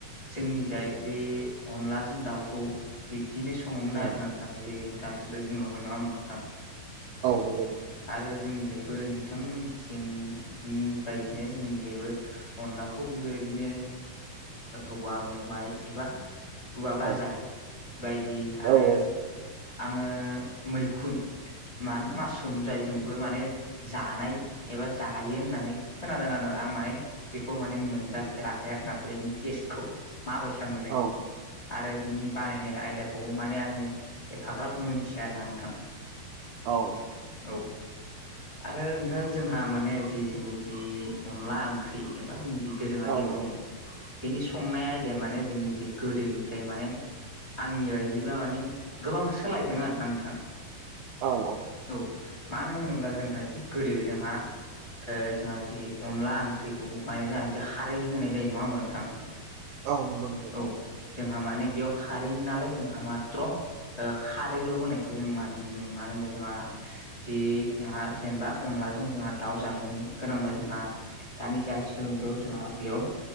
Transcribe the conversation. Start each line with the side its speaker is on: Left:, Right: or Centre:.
Left: जोंनि जाय बे अनलाजों दाउखौ बिब्दिनो स सङोमोन
Right: औ
Left: आरोना नोंथां जे नोंथाङासो दहाय बुंलांबाय नङा होमबा नोंथां औ
Right: नंगौ नंगौ
Left: आरो जोंनि जायबो नोंथांमोननिथिंनि बायदिनो जोंनि जायबो अनलाखौ बेबायदिनो औवा मेवाइ एबा औवा गाजा
Right: औ
Left: बायदि आरो
Right: औ औ
Left: आङो मैखुन माने मासरुम जायजोंबो माने जानाय एबा जायो होननानै खोनादों आरो आं माने बेखौ माने मोनजाफेराखै आरोना बेनि टेस्टखौ माबैसा मोनो
Right: औ
Left: आरो बिनि बानाय नाय आयदाखौबो माने आङो एफाग्राब मोनथिया आरोना नोंथां
Right: औ
Left: औ आरो नोंथां जोंहा माने जि जोंनि जि अनला ओंख्रि एबा जि दोरोङारि
Right: नंगौ
Left: ओंख्रि बेनि संनाय आयदेया माने जोंनि जि गोदोनिफ्राय माने आंनि बायदिब्ला माने गोबां सोलायदों आरोना नोंथां
Right: औ औ
Left: औ मानो होनोब्ला जोंहा जि गोदो जोंहा ओ जोंहा जि अनला ओंख्रिखौ माने जोंहा जे खारै होनाय जायो नङा होमबा नोंथां
Right: औ नंगौ
Left: औ जोंहा माने बेयाव खारै नालाय जोंहा माथ्र खारैल होनायखौ जों मानो नुनो मोनो होनबा जोंहा जि जोंहा जेनेबा अनलाजों जोंहा दाउ जानो गोनांबा जोंहा दानि जा आथिखाल मुगायाव जोंहा बेयाव